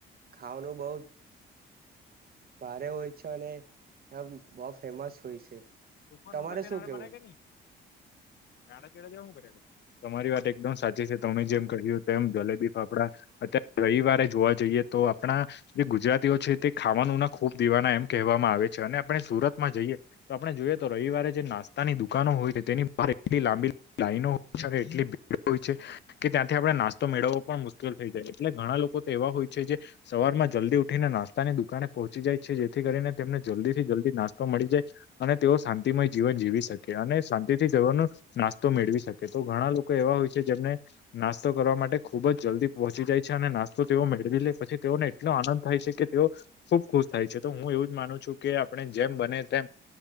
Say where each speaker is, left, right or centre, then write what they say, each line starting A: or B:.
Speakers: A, on the right; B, on the left.
A: ખાવાનું બહુ ભારે હોય છે. અને એ બહ ફેમસ હોય છે.
B: ત ફોન
A: તમારે
B: નરો ત બના
A: શું કેવું
B: કે નહી નાડા ચડા જ શું કરે તમારી વાત એકદમ સાચી છે તમે જેમ કહ્યું તેમ જલેબી ફાફડા અત્યારે રવિવારે જોવા જઈએ તો આપણા જે ગુજરાતીઓ છે તે ખાવાનુંના ખૂબ દીવાના એમ કહેવામાં આવે છે અને આપણે સુરતમાં જઈએ તો આપણે જોઈએ તો રવિવારે જે નાસ્તાની દુકાનો હોય તેની બહાર એટલી લાંબી લાઈનો હો છે એટલી ભીડ હોય છે કે ત્યાંથી આપડણે નાસ્તો મેળવવો પણ મુશ્કેલ થઈ જાય એટલે ઘણા લોકો તો એવા હોય છે જે સવારમાં જલ્દી ઉઠીને નાસ્તાની દુકાને પહોચી જાય છે જેથી કરીને તેમને જલ્દીથી જલ્દી નાસ્તો મળી જાય અને તેઓ શાંતિમય જીવન જીવી શકે અને શાંતિ થી જવાનું નાસ્તો મેળવી શકે તો ઘણા લોકો એવા હોય છે જેમને નાસ્તો કરવા માટે ખુબ જ જલ્દી પહોંચી જાય છે અને નાસ્તો તેઓ મેળવી લે પછી તેઓને એટલો આનંદ થાય છે કે તેઓ ખુબ ખુશ થાય છે તો હું એવું જ માનું છું કે આપણે જેમ બને તેમ